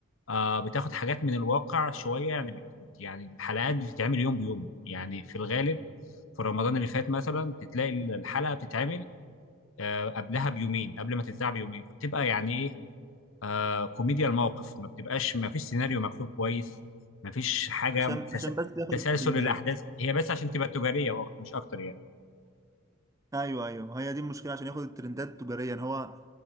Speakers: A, on the left; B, on the right.
A: آه بتاخد حاجات من الواقع شويه يعني بت- يعني الحلقات بتتعمل يوم بيوم يعني في الغالب في رمضان اللي فات مثلا بتلاقي الحلقه بتتعمل آه قبلها بيومين قبل ما تتذاع بيومين فبتبقى يعني ايه آه كوميديا الموقف ما بتبقاش ما فيش سيناريو مكتوب كويس ما فيش حاجه
B: عشان
A: تس-
B: عشان بس ياخد
A: تسلسل
B: الترندات
A: الاحداث هي بس عشان تبقى تجاريه وأكتر- مش اكتر يعني
B: ايوه ايوه ما هي دي المشكله عشان ياخد الترندات تجاريا هو